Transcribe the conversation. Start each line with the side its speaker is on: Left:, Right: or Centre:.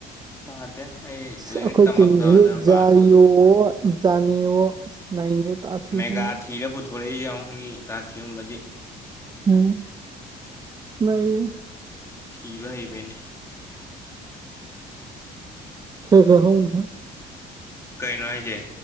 Left: ꯄꯥꯗꯦ ꯑꯩ
Right: ꯑꯁ
Left: ꯂꯥꯏꯔꯤꯛ
Right: ꯑꯩꯈꯣꯏ
Left: ꯇꯝꯃꯛꯇꯕꯗꯨꯅ
Right: ꯇꯤꯝꯖꯤ ꯖꯔꯤꯌꯣ
Left: ꯄꯥꯗꯦ
Right: ꯖꯅꯤꯌꯣ ꯍ‌ꯣ ꯅꯩꯔ‌ꯦ <unintelligible>
Left: ꯃꯦꯒꯥ ꯊꯤꯔ ꯄꯨꯊꯣꯔꯛꯏꯁꯦ ꯌꯦꯡꯎ ꯃꯤ ꯇꯥꯊꯤꯍꯨꯝꯕꯗꯤ
Right: ꯎꯝ ꯅꯩꯔ‌ꯦ
Left: ꯊꯤꯕ ꯍꯩꯕꯩꯅꯦ
Right: <unintelligible>
Left: ꯀꯩꯅꯣ ꯍꯥꯏꯁꯦ